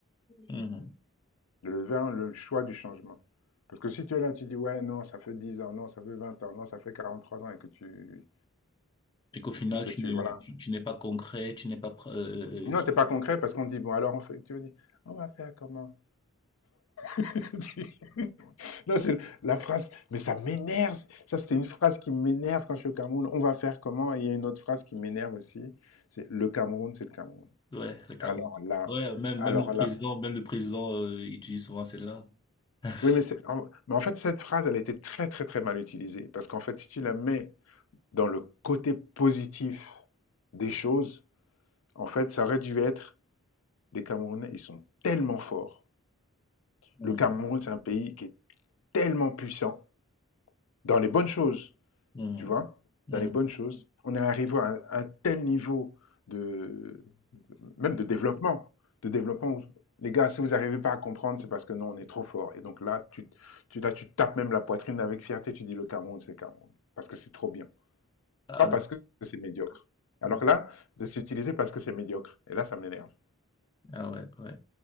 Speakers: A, on the left (about 20°); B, on the left (about 80°).
A: Mhm.
B: de faire le choix du changement. Parce que si tu es là, tu dis, ouais, non, ça fait 10 ans, non, ça fait 20 ans, non, ça fait 43 ans et que tu,
A: Et qu'au final,
B: et que
A: tu
B: tu,
A: ne,
B: voilà.
A: tu, tu n'es pas concret, tu n'es pas... pr- euh, euh,
B: Non,
A: euh, tu-
B: t'es pas concret parce qu'on dit, bon, alors on fait, tu veux dire, on va faire comment? <laughs> Non, c'est la phrase, mais ça m'énerve. Ça, c'est une phrase qui m'énerve quand je suis au Cameroun. On va faire comment? Et il y a une autre phrase qui m'énerve aussi. C'est le Cameroun, c'est le Cameroun.
A: <laughs> Ouais, le Cameroun.
B: Alors là,
A: Ouais, même,
B: alors
A: même le
B: là.
A: président, même le président, euh, utilise souvent celle-là. <laughs>
B: Oui, mais, c'est- en, mais en fait, cette phrase, elle a été très, très, très mal utilisée. Parce qu'en fait, si tu la mets dans le côté positif des choses, en fait, ça aurait dû être les Camerounais, ils sont tellement forts.
A: Mhm.
B: Le Cameroun, c'est un pays qui est tellement puissant dans les bonnes choses.
A: Mhm.
B: tu vois,
A: Mhm.
B: dans les bonnes choses. On est arrivé à un, un tel niveau de, de- même de développement, de développement où, les gars, si vous n'arrivez pas à comprendre, c'est parce que non, on est trop fort. Et donc là, tu, tu, là, tu tapes même la poitrine avec fierté, tu dis le Cameroun, c'est Cameroun, parce que c'est trop bien,
A: Ah,
B: pas parce que c'est médiocre. Alors
A: d'accord.
B: que là, de s'utiliser parce que c'est médiocre. Et là, ça m'énerve.
A: Ah ouais, ouais.